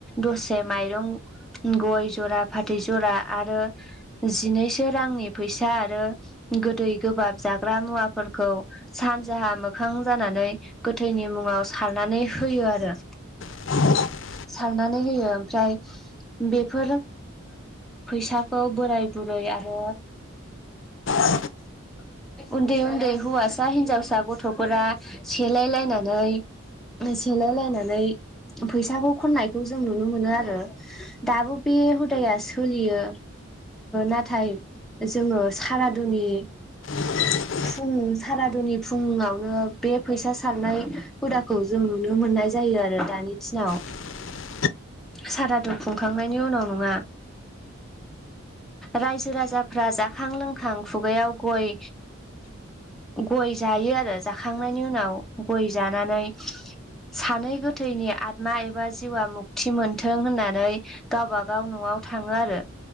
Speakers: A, in the centre; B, on the left.
A: दसे माइरं गय जरा फाथै जरा आरो जिनैसो रांनि फैसा आरो गोदै गोबाब जाग्रा मुवाफोरखौ सानजाहा मोखां जानानै गोथैनि मुङाव सारनानै होयो आरो।
B: आ।
A: सारनानै होयो ओमफ्राय बेफोर फैसाखौ बोराय बुरै आरो
B: औ।
A: उन्दै उन्दै हौवासा हिनजावसा गथ'फोरा सेलाय लायनानै सेलायलायनानै फैसाखौ खननायखौ जों नुनो मोनो आरो। दाबो बे हुदाया सोलियो नाथाय जोङो सारादुनि
B: <inaudible>
A: फुं सारादुनि फुुङावनो बे फैसा सारनाय हुदाखौ जों नुनो मोननाय जायो आरो दानि दिनाव
B: <inaudible>
A: सारादु खुंखांनायनि उनाव नङा रायजो राजाफोरा फ्रा जाखां लोंखां खुगायाव गय गय जायो आरो जाखांनायनि उनाव गय जानानै सानै गोथैनि आतमा एबा जिउआ मुक्ति मोनथों होननानै गावबागाव न'आव थाङो आरो